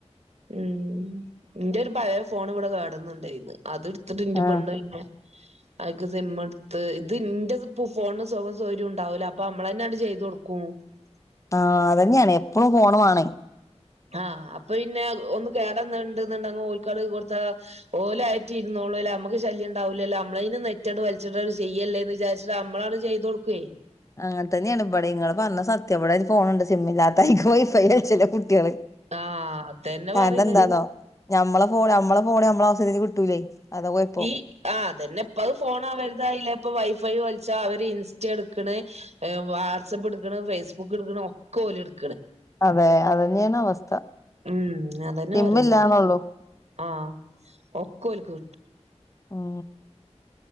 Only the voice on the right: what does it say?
ഉം നിന്റെ ഒരു പഴയ ഫോൺ ഇവിടെ കാടന്നുണ്ടായിനി അത് എടുത്തിട്ട് ഇന്റെ
പെണ്ണന്നെ അക്ക് സിം എടുത്ത് ഇത് ഇന്റെ ഫോണന് സുഖം സൗകര്യം ഉണ്ടാവല അപ്പൊ നമ്മള് തന്നെ അങ്ങട്ട് ചെയ്തു കൊടുക്കും <unintelligible>
ആഹ അപ്പൊ പിന്നെ ഒന്ന് കേടന്നിണ്ട് <unintelligible> ഓല്ക്ക് അങ്ങട്ട് കൊടുത്ത ഓല് അതായിട്ട് അങ്ങട്ട് ഇരുന്നോളും നമ്മക്ക് ശല്യം ഉണ്ടാവൂല ലോ നമ്മളെന്നു നെറ്റ് അങ്ങട്ട് ചെയ്യല്ലേ എന്ന് വിചാരിച്ചട്ട് നമ്മളാണ് ചെയ്ത കൊടുക്കേ
ആഹ് അതന്നെ
പറയണേ
ഈ ആ് അതന്നെ ഇപ്പ ഫോൺാവരുത അല്ല ഇപ്പ വൈഫൈ അവര് ഇൻസ്റ്റ എടുക്ക വാട്സആപ്പ് എടുക്കണ് ഫേസ്ബുക്ക് എടുക്കണ ഒക്കെലെ എടു
ഉം അതന്നെ
പറയുന്നു ആഹ ഒക്കലക്ക്